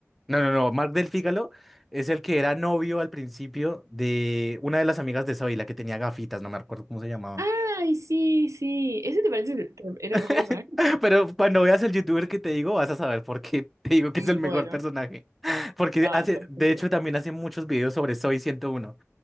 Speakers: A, in the centre; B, on the right.
A: No, no, no. Mark del Fígalo es el que era novio al principio de una de las amigas de Zoe, la que tenía gafitas, no me acuerdo cómo se llamaba.
B: Ay, sí, sí. ¿Ese te parece que era
A: <laughs>
B: el mejor personaje?
A: Pero cuando veas el youtuber que te digo, vas a saber por qué <laughs> te digo que
B: Mm,
A: es el mejor
B: Bueno,
A: personaje. <laughs> Porque
B: está
A: hace,
B: perfecto.
A: de hecho, también hace muchos videos sobre Zoe ciento uno